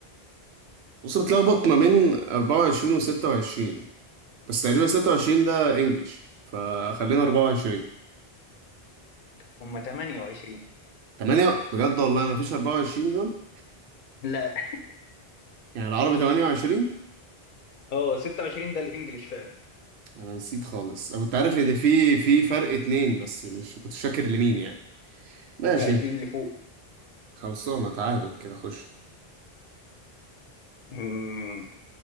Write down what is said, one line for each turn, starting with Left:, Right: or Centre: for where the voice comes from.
Right: بص بتلخبط ما بين 24 و 26 بس تقريبا 26 ده انجليش فخلينا 24
Left: هما 28
Right: 8 بجد والله ما فيش 24 دول
Left: لا
Right: <laughs> يعني العربي 28
Left: اه 26 ده الإنجليش فعلا
Right: انا نسيت خالص انا كنت عارف ان في في فرق اتنين بس مش كنت فاكر لمين يعني ماشي
Left: لا اتنين لفوق
Right: خلصانه تعادل كده خش
Left: امم